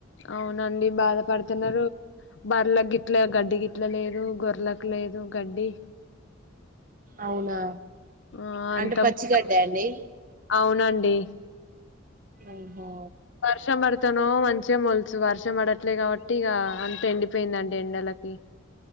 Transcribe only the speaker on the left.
అవునండి బాధ పడుతున్నారు బర్ల గి ఇట్లా గడ్డి గిట్లా లేదు గోర్లకు లేదు గడ్డి
ఆ అంత
మొత్తం
అవునండి
వర్షం పడతానో మంచిగా మొలుసు వర్షం పడట్లే కాబట్టి ఇగా అంత ఎండిపోయిందండి ఎండలకి